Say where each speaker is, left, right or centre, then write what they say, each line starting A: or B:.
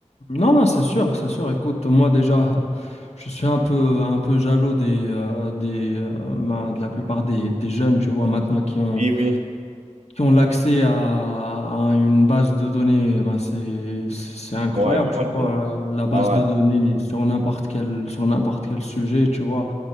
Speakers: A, on the left; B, on the right.
A: Non, non, c'est sûr, c'est sûr. Écoute, moi déjà, euh, je suis un peu, un peu jaloux des, euh, des, euh, ben, de la plupart des, des jeunes, tu vois, maintenant qui ont,
B: Oui, oui.
A: qui ont l'accès à, à une base de données. Ben, c'est, c'est incroyable,
B: Ouais, je crois
A: tu vois,
B: que...
A: la base
B: Ah ouais.
A: de données sur n'importe quel, sur n'importe quel sujet, tu vois.